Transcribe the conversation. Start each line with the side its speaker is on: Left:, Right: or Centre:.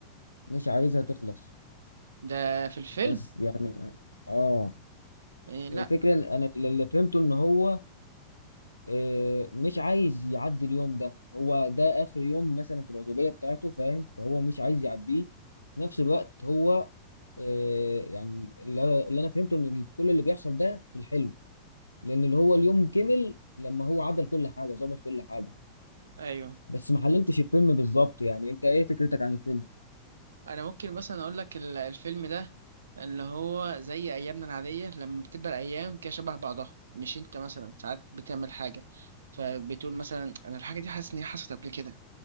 Left: مش عايزها تخلص
Right: ده في الفيلم
Left: بس يعني اه
Right: إيه لا
Left: الفكره إن انا اللي فهمته ان هو آه، مش عايز يعدي اليوم ده هو ده اخر يوم مثلا في العزوبيه بتاعته فاهم فهو مش عايز يعديه في نفس الوقت هو آه، يعني اللي اللي انا فهمته ان كل اللي بيحصل ده في الحلم لان اللي هو اليوم كمل لما هو عدل كل حاجه ظبط كل حاجه
Right: ايوه
Left: بس ما حللتش الفيلم بالظبط يعني انت ايه فكرتك عن الفيلم
Right: انا ممكن مثلا اقول لك ال- الفيلم ده اللي هو زي ايامنا العادية لما بتبقى الايام كده شبه بعضها مش انت مثلا ساعات بتعمل حاجة فبتقول مثلا انا الحاجة دي حاسس ان هي حصلت قبل كده